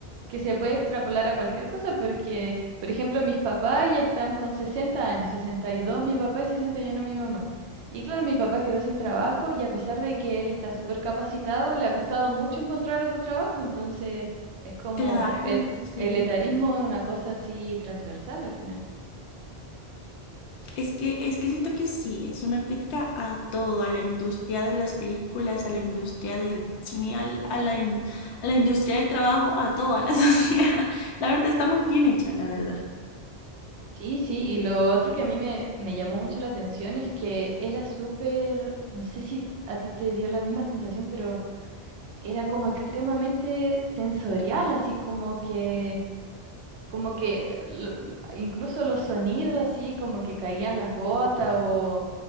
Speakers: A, on the right (about 85°); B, on the left (about 85°).
A: que se puede extrapolar a cualquier cosa, porque, por ejemplo, mis papás ya están con 60 años, 62 mi papá y 61 mi mamá. Y claro, mi papá quedó sin trabajo y a pesar de que él está súper capacitado, le ha costado mucho encontrar otro trabajo, entonces es como
B: claro,
A: el,
B: sí.
A: el etarismo es una cosa así transversal al final.
B: Es que, es que siento que sí, es una crítica a todo, a la industria de las películas, a la industria del cine, al- a la, in- a la industria del trabajo, a toda la <laughs> sociedad. La verdad está muy bien hecha, la verdad.
A: Sí, sí, y lo otro que a mí me, me llamó mucho la atención es que era súper, no sé si a ti te dio la misma sensación, pero era como extremadamente sensorial, así como que, como que lo- lo- incluso los sonidos, así como que caían las gotas o,